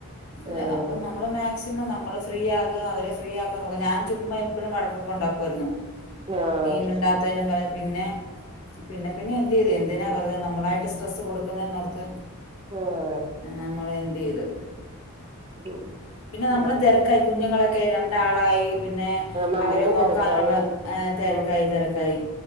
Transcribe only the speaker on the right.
ആഹ്
ആഹ്
ആഹ്
ഉം
ആഹ്
നമ്മുക്കും
തിരക്കായി
ഉം